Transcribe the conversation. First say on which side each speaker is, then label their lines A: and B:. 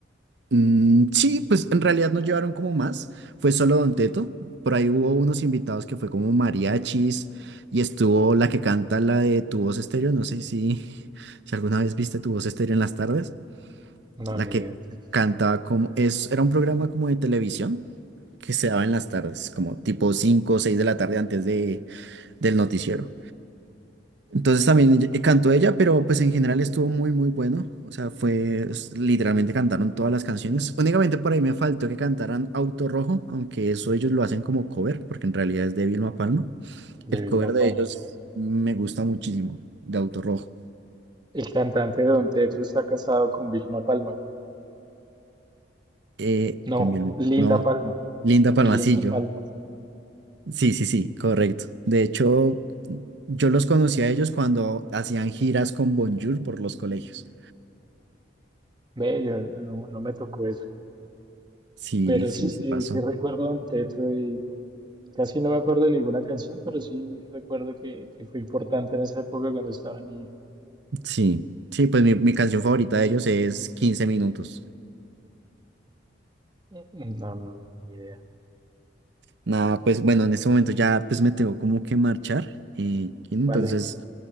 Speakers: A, on the right; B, on the right.
A: Mm, sí, pues en realidad no llevaron como más, fue solo Don Teto, por ahí hubo unos invitados que fue como mariachis y estuvo la que canta la de Tu Voz Estéreo, no sé si, <laughs> si alguna vez viste Tu Voz Estéreo en las tardes,
B: No,
A: la
B: ni
A: que
B: idea. qué es
A: cantaba como, es, era un programa como de televisión que se daba en las tardes, como tipo 5 o 6 de la tarde antes de, del noticiero. Entonces también ella- eh, cantó ella, pero pues en general estuvo muy, muy bueno. O sea, fue, es- literalmente cantaron todas las canciones. Únicamente por ahí me faltó que cantaran Auto Rojo, aunque eso ellos lo hacen como cover, porque en realidad es de Vilma Palma.
B: De
A: El
B: Vilma
A: cover de
B: Palma,
A: ellos
B: sí.
A: me gusta muchísimo, de Auto Rojo.
B: El cantante de Don Teto está casado con Vilma Palma.
A: Eh,
B: No,
A: con Vilma,
B: Linda
A: no,
B: Palma.
A: Linda Palmacillo.
B: Linda Palma.
A: Sí, sí, sí, correcto. De hecho, yo los conocí a ellos cuando hacían giras con Bonjour por los colegios.
B: Ve, yo no, no me tocó eso.
A: Sí,
B: Pero
A: sí,
B: sí, sí,
A: sí pasó.
B: sí recuerdo Don Teto y casi no me acuerdo de ninguna canción, pero sí recuerdo que, que fue importante en esa época cuando estaba niño.
A: Sí, sí, pues mi, mi canción favorita de ellos es Quince minutos.
B: No, no, ni idea.
A: Nada, pues bueno, en este momento ya pues me tengo como que marchar. eh, entonces,
B: Vale,